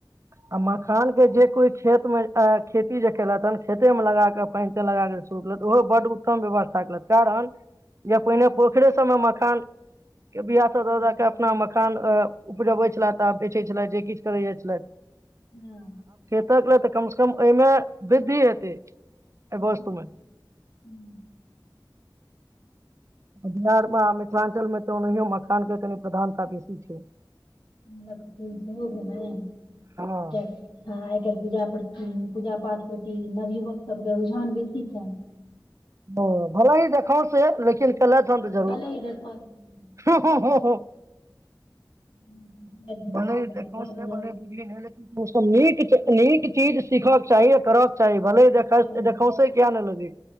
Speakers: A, on the right; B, on the left.
A: आ मखान के जे कोइ खेतमे खेती जे केलथि हेन खेते मे लगा कऽ पान ते लगााक शुरू केल ओहो बड्ड उत्तम व्यवस्था केलथि कारण जे पहिने
B: हँ
A: पोखरिे समय म तन के बिी आ स
B: हँ
A: द के अपना म प तऽब बेै छलै जे किछु करै जाइ छलै
B: हँ
A: तकले तऽ कम से कम ओहिमे वृद्धि हेतै
B: बी
A: एहि वस्तु मे
B: ल ह
A: बिहारमे मिथिलाञ्चलमे तऽ ओनाहिो मखान के कनि प्रधानता बेसी छै
B: अ ल क फूल त हो गेल
A: हँ
B: क हँ आइ काल् पूजा ह पूजा पाठ प्रति नवयुवक सभके रुझान बेसी छनि
A: ओ भला ही देखाव से लेकिन कल त
B: हँ
A: त जरूर
B: भलै देखब पंचायत है
A: भने
B: जरूर
A: देख
B: आ नव
A: छल
B: नव
A: भन बुझली नहि ओसभ नीक नीक चीज सीखक चाही आ करक चाही भले देख
B: हँ
A: देखा से किया नहि लगे